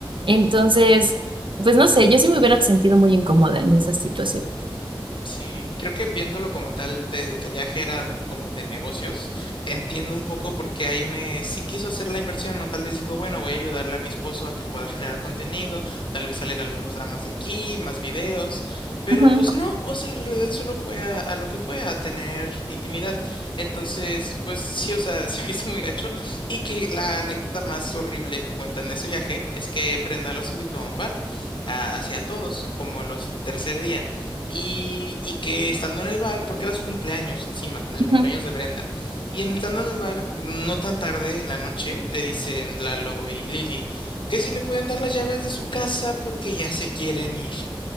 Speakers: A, on the right; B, on the left.
A: Entonces... Pues no sé, yo sí me hubiera sentido muy incómoda en esa situación.
B: Sí, creo que viéndolo como tal, de que el viaje era como de negocios, entiendo un poco por qué ahí me sí quiso hacer la inversión, ¿no? Tal vez dijo, bueno, voy a ayudarle a mi esposo a que pueda generar contenido, tal vez salen algunos dramas de aquí, más videos, pero
A: Ujú,
B: pues no, o sea, en realidad solo fue a, a lo que fue, a tener intimidad. Entonces, pues sí, o sea, <laughs> se me hizo muy gacho. Y que la anécdota más horrible que cuentan de ese viaje es que Prenda los invitó a un bar, a, hacia todos, como los tercer día y, y que estando en el bar, porque era su cumpleaños encima, del
A: ujú.
B: cumpleaños de Brenda, y en, estando en el bar, no tan tarde en la noche, le dicen Lalo y Lili que si le pueden dar las llaves de su casa porque ya se quieren ir.